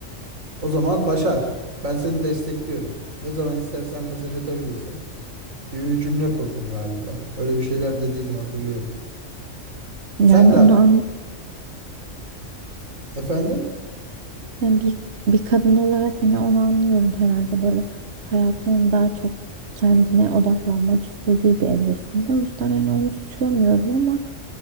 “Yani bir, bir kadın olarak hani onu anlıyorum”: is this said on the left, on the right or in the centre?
Right